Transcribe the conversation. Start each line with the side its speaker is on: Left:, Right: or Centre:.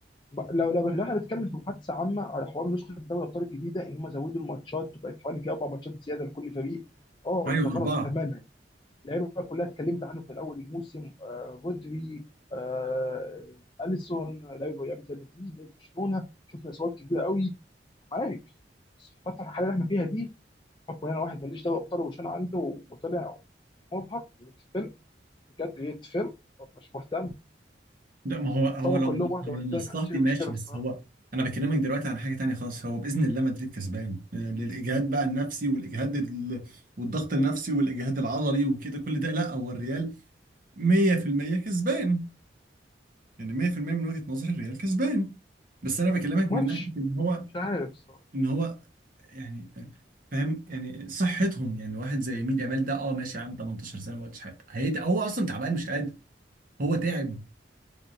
Left: ب- لو لو لو احنا بنتكلم في محادثه عامه على حوار نسخه دوري الابطال الجديده ان هم زودوا الماتشات وبقت حوالي في اربع ماتشات زياده لكل فريق اه
Right: ايوه
Left: ده غلط
Right: اربعه
Left: تماما اللعيبه كلها اتكلمت عنه في الاول الموسم آه رودري آه اليسون لعيبه لعيبه ريال مدريد لعيبه برشلونه شفنا اصابات كتيره قوي معاك بس في الفتره الحاليه اللي احنا فيها دي حكم ان انا واحد ماليش دوري ابطال وبرشلونه عنده وطلع مرهق يتفل بجد يتفل مش مهتم
Right: ده ما هو هو
Left: اتصابوا
Right: لو
Left: كلهم
Right: لو
Left: واحد
Right: لمصلحتي
Left: ورا الثاني ما عنديش اي مشكله
Right: ماشي بس
Left: الصراحه
Right: هو انا بكلمك دلوقتي عن حاجه تانية خالص هو باذن الله مدريد كسبان يعني الاجهاد بقى النفسي والاجهاد ال... والضغط النفسي والاجهاد العضلي وكده كل ده لا هو الريال 100% كسبان يعني 100% من وجهه نظري الريال كسبان بس انا بكلمك
Left: الماتش
Right: من ناحيه ان هو
Left: مش عارف صح
Right: ان هو يعني آه، فاهم يعني صحتهم يعني واحد زي يمين يامال ده اه ماشي يا عم 18 سنه ما قلتش حاجه هيت- هو اصلا تعبان مش قادر هو تعب